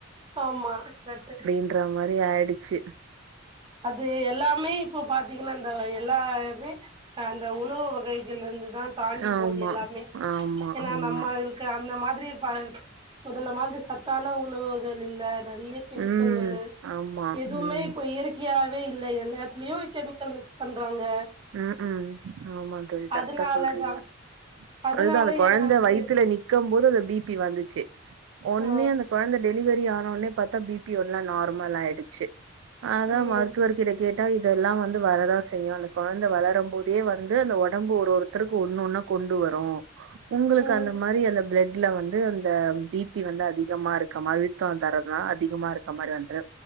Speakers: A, on the right; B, on the right.
A: ஆமா கரெக்ட்
B: ன்ற மாரி ஆயிடுச்சு
A: அது எல்லாமே இப்ப பாத்தீங்கன்னா இந்த எல்லாமே அந்த உணவு வகைகள் இருந்து தா தாண்டி
B: ஆமா,
A: போது எல்லாமே
B: ஆமா,
A: ஏனா
B: ஆமா.
A: நம்ம க அந்த மாதிரி ச முதல்ல மாதிரி சத்தான உணவுகள் இல்ல நெறைய கெமிக்கல்லு
B: ம். ஆமா.
A: எதுவுமே
B: ம்.
A: இப்ப இயற்கையாவே இல்லை எல்லாத்துலயு கெமிக்கல் மிக்ஸ் பண்றாங்க
B: ம் ம் ஆமா தோழி கரெக்டா
A: அதனாலதா
B: சொல்றீங்க
A: அதனால
B: அதுதா அந்த குழந்தை
A: என்ன ஆகுது
B: வயித்துல நிக் க்கும் போது அந்த பி பி வந்துச்சு ஒன்னு
A: ஆ
B: அந்த குழந்த டெ டெலிவரி ஆனோனே பாத்தா பி பி ஒரு நாள் நார்மல் ஆயிடுச்சு அதான்
A: ம்
B: மருத்துவர் கிட்ட கேட் ட இதெல்லா வந்து வரதாசெய் செய்யு அந்த குழந்தை வளரும் போதே வந்து அந்த உடம்பு ஒரு ஒருத்தருக்கு ஒன்னு ஒன்னா கொண்டு வரு உங்களுக்கு
A: ம்
B: அந்த மாரி அந்த பிளட் ல்ல வந்து இந்த பிபி வந்து அதிகமா இருக்க மாரி அழுத்த தரதா அதிகமா இருக்க மாரி வந்துரு